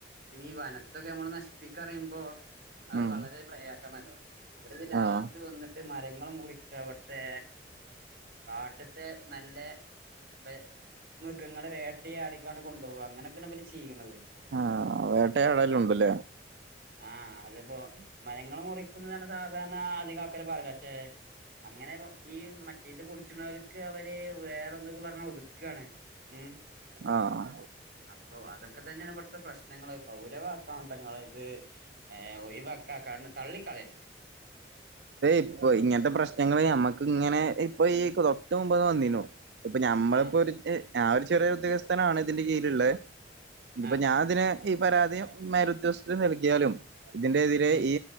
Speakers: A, on the right; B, on the right.
A: പിന്നെ ഈ വനത്തൊക്കെ നമ്മൾ നശിപ്പിക്ക പറിമ്പോ അഹ്
B: ഉം
A: വളരെ പ്രയാസണല്ലോ ഇവിടെത് രാത്രി
B: ആഹ്
A: വന്ന് ട്ട് മരങ്ങളും മുറിക്ക ഇവട്ത്തെ കാറ്റത്തെ നല്ല ബേ മൃഗങ്ങളെ വേട്ടയാടിക്കണ്ട് കൊണ്ടോവ അങ്ങനെക്കെനെ ഇഭല് ചെയ്യ്ണത്
B: ആഹ് വേട്ടയാടാലും ഉണ്ടല്ലേ
A: ആഹ് അതപ്പോ മരങ്ങള് മുറിക്കുന്നതാണ് സാധാരണ ആധികം ആർക്കലും <unintelligible> പക്ഷെ അങ്ങനെ ഈ മറ്റേ ത് പുടിച്ച് ണോല്ക്ക് അവര് വേറെ എന്തൊക്കെ പറഞ്ഞ് ഒതുക്കാണ് ഉം
B: ആഹ്
A: അപ്പൊ അതൊക്കെ തന്നെയാണ് ഇവിടുത്തെ പ്രശ്നങ്ങള് കൗരവ ആക്കണട്ടൊങ്ങള് ത് ഒയിവാക്ക കാരണം തള്ളിക്കളർത്
B: ഇപ്പൊ ഇങ്ങനത്തെ പ്രശ്നങ്ങള് നമ്മക്ക് ഇങ്ങനെ ഇപ്പൊ ഈ ക്രോട്ട് മുമ്പ്ന്ന് വന്നീനു ഇത്പ്പ ഞമ്മളിപ്പോ
A: ആഹ്
B: ഒരു ഞാൻ ഒരു ചെറിയ ഉദ്യോഗസ്ഥനാണ് ഇതിന്റെ കീഴില്ള്ള ഇത്
A: ആഹ്
B: പ്പ ഞാൻ ഇതിനെ ഈ പരാതിം മരുത്സ്‌ന് നൽകിയാലും ഇതിന്റെ എതിരെ
A: ഉം
B: ഈ